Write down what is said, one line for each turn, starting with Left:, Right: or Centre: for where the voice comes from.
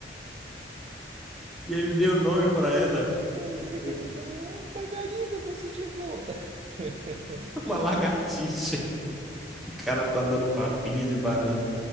Centre: E ele deu nome pra ela,
Right: Ah, Como
Centre: eh,
Right: é que é? Como é que é? Ah, Margarida, você chegou! <laughs>
Centre: uma lagartixa. <laughs> Que o cara tá dando papinha de banana